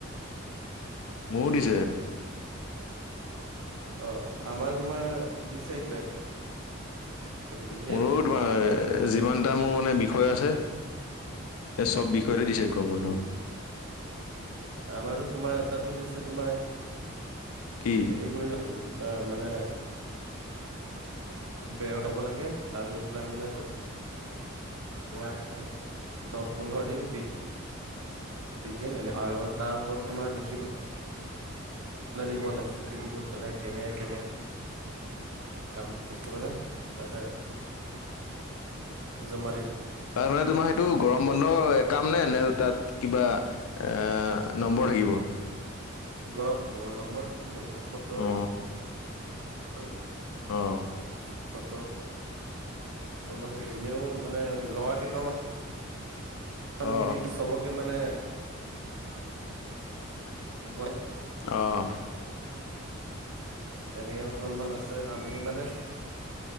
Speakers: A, on the left; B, on the right.
A: মোৰো দিছে।
B: অ', আমাৰ তোমাৰ দিছে কিবা কিবি ধেৰ
A: মোৰো
B: বইল
A: তোমাৰ,
B: বইল
A: যিমানটা
B: এটা
A: মোৰ মানে বিষয় আছে এই চব বিষয়তে দিছে গৰম বন্ধ।
B: আমাৰতো তোমাৰ এটাটো দিছে তোমাৰ
A: কি
B: হেৰি কৰি ও - ও মানে বেয়া খাব লাগে তাত গৈ পেলাই মানে ওৱা দছ পোন্ধ্ৰ দিন <unintelligible> আৰু তাৰ ওপৰত তোমাৰ দেখি পেলা দিব লাইছে <unintelligible> গৈ পেলাই কেনে কেনে কাম কি্ত মানে তাতে জমালি
A: তাৰ মানে তোমাৰ সেইটো গৰম বন্ধৰ কাম নে-নে তাত কিবা এ, নম্বৰ থাকিব।
B: গ় তোমাৰ নম্বৰ থাকিব তো সত্তৰ
A: অ
B: উম।
A: অ'।
B: <inaudible> নাম্বাৰ থাকিব মেৱ মানে লগা কেইটামান <unintelligible>
A: অ অ
B: মিলি চবকে মানে বল
A: <inaudible> অ'।
B: তেনেকে অকমান আছে আমি মানে